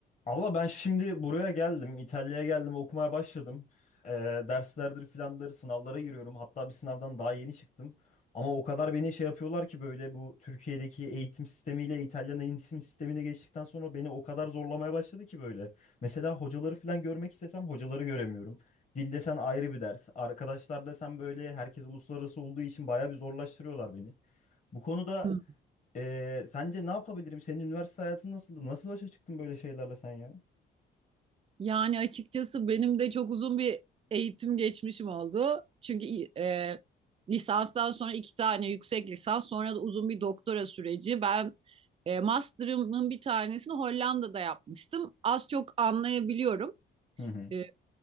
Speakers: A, on the left; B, on the right.
A: Abla ben şimdi buraya geldim. İtalya'ya geldim. Okumaya başladım. Ee, derslerdir filandır sınavlara giriyorum. Hatta bir sınavdan daha yeni çıktım. Ama o kadar beni şey yapıyorlar ki böyle bu Türkiye'deki eğitim sistemiyle İtalyan eğitim sistemine geçtikten sonra beni o kadar zorlamaya başladı ki böyle. Mesela hocaları filan görmek istesem hocaları göremiyorum. Dil desen ayrı bir ders. Arkadaşlar desen böyle herkes uluslararası olduğu için bayağı bir zorlaştırıyorlar beni. Bu konuda
B: Hı.
A: ee, sence ne yapabilirim? Senin üniversite hayatın nasıldı? Nasıl başa çıktın böyle şeylerle sen ya?
B: Yani açıkçası benim de çok uzun bir eğitim geçmişim oldu. Çünkü e, lisanstan sonra iki tane yüksek lisans, sonra da uzun bir doktora süreci. Ben e, master'ımın bir tanesini Hollanda'da yapmıştım. Az çok anlayabiliyorum
A: Hı hı.
B: e,